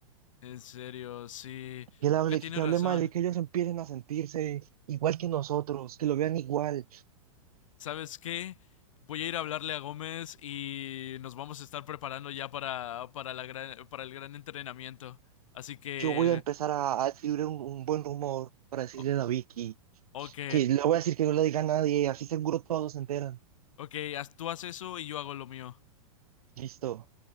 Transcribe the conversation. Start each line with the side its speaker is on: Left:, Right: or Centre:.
Left: En serio, sí,
Right: Que él hable,
Left: creo que tienes
Right: que, que
Left: razón.
Right: hable mal y que ellos empiecen a sentirse igual que nosotros, que lo vean igual.
Left: ¿sabes qué? Voy a ir a hablarle a Gómez y nos vamos a estar preparando ya para, para, la gran, para el gran entrenamiento. Así que,
Right: yo voy a empezar a, a escribir un, un buen rumor para decirle
Left: o-
Right: a la Vicky,
Left: ok,
Right: que le voy a decir que no le diga a nadie, así seguro todos se enteran.
Left: ok, haz- tú haz eso y yo hago lo mío.
Right: Listo.